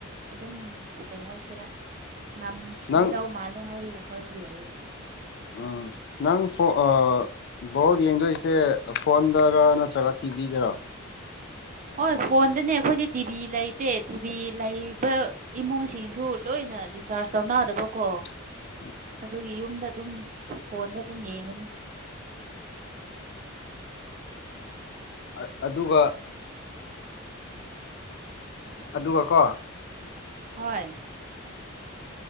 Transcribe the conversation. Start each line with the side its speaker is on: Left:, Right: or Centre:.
Right: ꯑꯗꯨꯝ ꯀꯩ ꯍꯥꯏꯁꯤꯔꯥ ꯉꯝꯈꯤꯒꯗꯧ
Left: ꯅꯪ
Right: ꯃꯥꯜꯂꯦ ꯍꯥꯏꯕꯒꯤ ꯋꯥꯈꯜꯗ ꯂꯩꯌꯦꯕ
Left: ꯎꯝ ꯅꯪ ꯐꯣ ꯕꯣꯜ ꯌꯦꯡꯗꯣꯏꯁꯦ ꯐꯣꯟꯗꯔ ꯅꯠꯇ꯭ꯔꯒ ꯇꯤꯕꯤꯗꯔꯥ
Right: ꯍꯣꯏ ꯐꯣꯟꯗꯅꯦ ꯑꯩꯈꯣꯏꯗꯤ ꯇꯤꯚꯤ ꯂꯩꯇꯦ ꯇꯤꯚꯤ ꯂꯩꯕ ꯏꯃꯨꯡꯁꯤꯡꯁꯨ ꯂꯣꯏꯅ ꯔꯤꯆꯥꯥꯔ꯭ꯖ ꯇꯧꯅꯗꯕ ꯀꯣ
Left: <inaudible>
Right: ꯑꯗꯨꯒꯤ ꯌꯨꯝꯗ ꯑꯗꯨꯝ ꯐꯣꯟꯗ ꯑꯗꯨꯝ ꯌꯦꯡꯑꯅꯤ
Left: ꯑ ꯑꯗꯨꯒ ꯑꯗꯨꯒ ꯀꯣ
Right: ꯍꯣꯏ